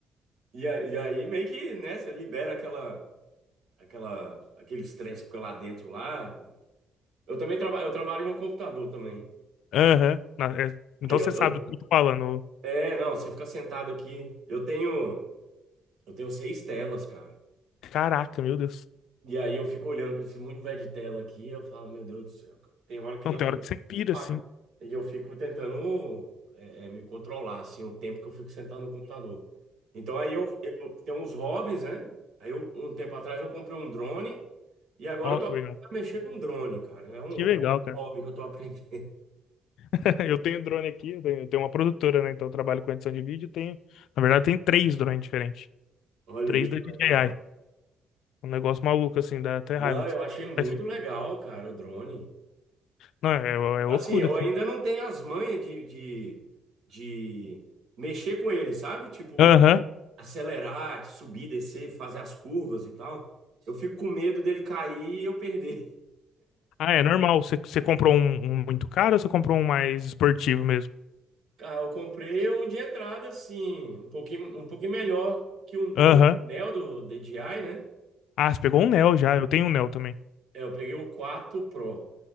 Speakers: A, on the right; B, on the left.
A: e, a- e aí meio que, né, você libera aquela. aquela, aqueles trens que ficam lá dentro lá. Eu também trabalho, eu trabalho em um computador também.
B: é, aham. Na- é, então
A: Aí eu,
B: você sabe
A: eu-
B: do que eu tô falando.
A: é, não, você fica sentado aqui. Eu tenho, eu tenho seis telas, cara.
B: Caraca, meu Deus.
A: E aí eu fico olhando para esse mundo velho de tela aqui, eu falo, meu Deus do céu, cara. Tem hora que
B: Não,
A: dá
B: tem
A: um
B: hora que você pira,
A: impacto.
B: assim.
A: E eu fico tentando é, é, me controlar, assim, o tempo que eu fico sentado no computador. Então aí eu, eu tenho uns hobbies, né? Aí eu, um tempo atrás eu comprei um drone e agora
B: Ó,
A: eu tô
B: que
A: aprendendo
B: legal.
A: a mexer com drone, cara. É um,
B: Que legal,
A: um
B: cara.
A: hobby que eu tô aprendendo.
B: <laughs> Eu tenho drone aqui, eu tenho eu tenho uma produtora, né? Então eu trabalho com edição de vídeo. Tenho, na verdade, tem três drones diferentes.
A: <laughs> Olha
B: Três
A: aí, que
B: da DJI.
A: legal.
B: Um negócio maluco, assim, dá até
A: Não,
B: raiva.
A: eu achei muito
B: Mas,
A: legal, cara, o drone.
B: Não, é, é
A: Assim,
B: loucura,
A: eu
B: assim.
A: ainda não tenho as manhas de, de, de mexer com ele, sabe? Tipo.
B: Aham.
A: acelerar, subir, descer, fazer as curvas e tal. Eu fico com medo dele cair e eu perder.
B: Ah, é normal. Você, você comprou um, um muito caro ou você comprou um mais esportivo mesmo?
A: <laughs> Cara, eu comprei um de entrada, assim, um pouquinho, um pouquinho melhor que o,
B: Aham.
A: o Neo do DJI, né?
B: Ah, você pegou
A: Eu,
B: um
A: comp-
B: Neo já. Eu tenho um Neo também.
A: é, eu peguei o quatro Pro,